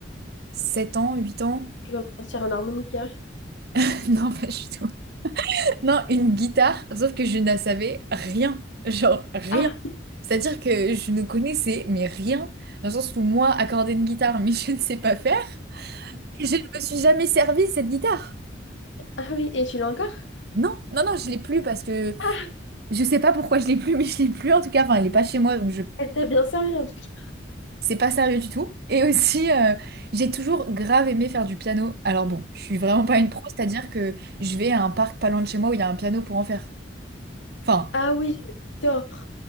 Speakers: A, on the right; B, on the left.
A: 7 ans, 8 ans,
B: Tu vas me sortir un harmonica.
A: <laughs> non, pas du tout. Non, une guitare, sauf que je ne savais rien, genre rien.
B: Ah,
A: C'est-à-dire que je ne connaissais mais rien, dans le sens où moi, accorder une guitare, mais <laughs> je ne sais pas faire. Et je ne me suis jamais servi de cette guitare.
B: ah oui, et tu l'as encore?
A: Non, non, non, je l'ai plus parce que
B: Ah,
A: je sais pas pourquoi je l'ai plus, <laughs> mais je l'ai plus en tout cas. Enfin, elle n'est pas chez moi, donc je
B: Elle t'a bien servi en tout cas.
A: c'est pas sérieux du tout. Et aussi, euh, j'ai toujours grave aimé faire du piano. Alors bon, je suis vraiment pas une pro, c'est-à-dire que je vais à un parc pas loin de chez moi où il y a un piano pour en faire. Enfin,
B: Ah oui, j'adore.